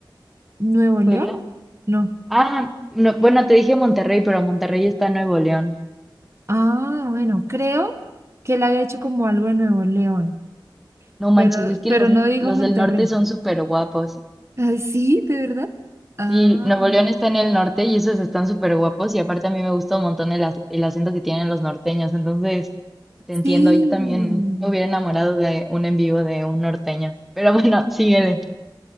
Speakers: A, on the right (about 35°); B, in the centre.
A: Nuevo León.
B: Puebla.
A: No.
B: Ah, no, bueno, te dije Monterrey, pero Monterrey está en Nuevo León.
A: Ah, bueno, creo que él había hecho como algo de Nuevo León,
B: No manches,
A: pero,
B: es que
A: pero
B: los,
A: no dijo
B: los
A: Monterrey.
B: del norte son súper guapos.
A: <laughs> Ay, sí, ¿de verdad? Ah,
B: Sí, Nuevo León está en el norte y esos están súper guapos y aparte a mí me gusta un montón el, ac- el acento que tienen los norteños, entonces te entiendo,
A: sí.
B: yo también me hubiera enamorado de un en vivo de un norteño, pero bueno, <laughs> síguele,